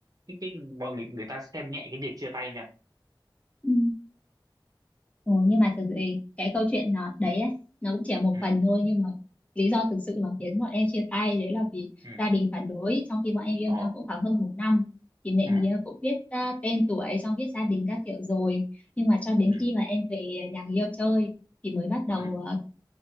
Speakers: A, on the right; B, on the left.
A: cái cái mọi người người ta xem nhẹ cái việc chia tay nha
B: Ừ. Ừ, nhưng mà thực sự thì cái câu chuyện nó đấy ấy, nó cũng chỉ là một
A: ừ
B: phần thôi nhưng mà lý do thực sự mà khiến bọn em chia tay đấy là vì
A: ừ
B: gia đình phản đối trong khi bọn em yêu
A: ờ
B: nhau cũng khoảng hơn một năm thì mẹ
A: ừ
B: mía cũng biết à, tên tuổi xong biết gia đình các kiểu rồi nhưng mà cho đến
A: ừ
B: khi mà em về nhà người yêu chơi thì mới bắt đầu
A: ừ
B: à,